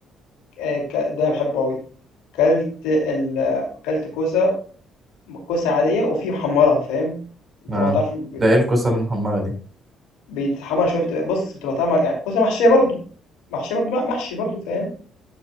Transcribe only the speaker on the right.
أه
ده إيه الكوسة المحمرة دي